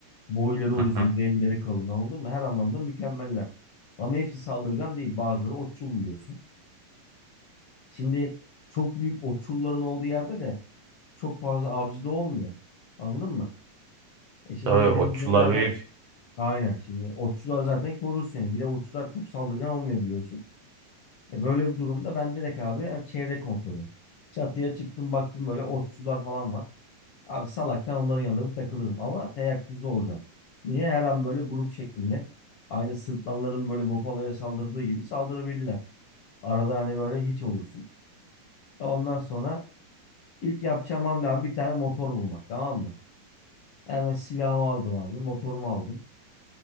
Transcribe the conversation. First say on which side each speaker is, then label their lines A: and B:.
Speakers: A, on the left; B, on the right.
A: Boyları uzun,
B: Hı hı.
A: delileri kalın anladın mı? Her anlamda mükemmeller. Ama hepsi saldırgan değil. Bazıları otçul biliyorsun. Şimdi çok büyük otçulların olduğu yerde de çok fazla avcı da olmuyor. Anladın mı? E şimdi
B: Tabii
A: denizlerde
B: otçular büyük.
A: aynen şimdi otçular zaten korur seni. Bir de otçular çok saldırgan olmuyor biliyorsun. E böyle bir durumda ben direkt abi yani çevre kontrolü. Çatıya çıktım baktım böyle otçular falan var. Abi salaktan onların yanında bir takılırım ama teyakkuzda olacağım. Niye her an böyle grup şeklinde aynı sırtlanların böyle bufaloya saldırdığı gibi saldırabilirler. Arada hani böyle hiç olursun. E Ondan sonra ilk yapacağım hamle abi bir tane motor bulmak tamam mı? Hemen silahımı aldım abi motorumu aldım.